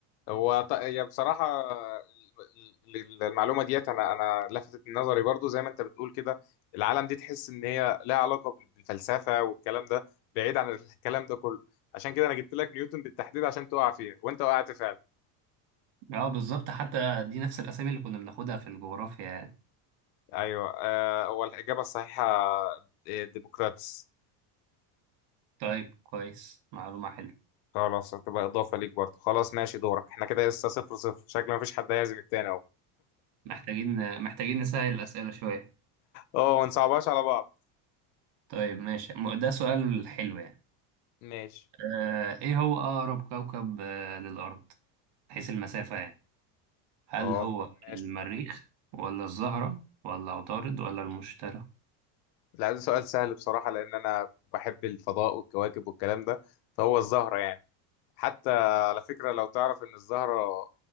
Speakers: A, on the left (about 75°); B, on the right (about 55°).
A: هو ط- هي بصراحه ال- ال- المعلومه ديت انا انا لفتت نظري برضو زي ما انت بتقول كده العالم دي تحس ان هي لها علاقه بال- بالفلسفه والكلام ده بعيد عن الكلام ده كله عشان كده انا جبت لك نيوتن بالتحديد عشان تقع فيها وانت وقعت فعلا
B: اه بالظبط حتى دي نفس الأسامي اللي كنا بناخدها في الجغرافيا يعني
A: ايوه آه، هو الاجابه الصحيحه ديموكراتس
B: طيب كويس معلومة حلوة
A: خلاص هتبقى اضافه ليك برضه خلاص ماشي دورك احنا كده لسه صفر صفر شكل مفيش حد هيعزم التاني اهو
B: محتاجين محتاجين نسهل الأسئلة شوية
A: اه ما نصعبهاش على بعض
B: طيب ماشي م- ده سؤال حلو يعني
A: ماشي
B: آه ايه هو اقرب كوكب آه للارض حيث المسافة يعني هل
A: اه
B: هو
A: ماشي
B: المريخ ولا الزهرة ولا عطارد ولا المشتري
A: لا ده سؤال سهل بصراحه لان انا بحب الفضاء والكواكب والكلام ده فهو الزهره يعني حتى على فكره لو تعرف ان الزهره